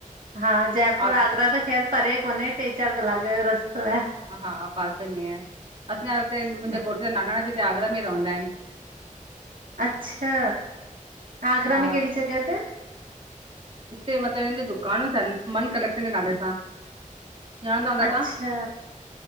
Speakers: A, on the right; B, on the right.
A: हा जयपुर
B: आग
A: आगरा त ख़ैर परे कोने टे चार क़लाक जो रस्तो आ।
B: हा पासे में आहे, असांजा हुते मुहिंजे
A: आ।
B: घोट जा नानाणा बि हिते आगरा में रहंदा हिनि।
A: अच्छा, आगरा
B: हा
A: में केड़ी जॻह ते?
B: हिते मतलबु हिननि जी दुकान थनि मन कलेक्शन जे नाले सां ॼाणंदा हूंदा
A: अच्छा,
B: तव्हां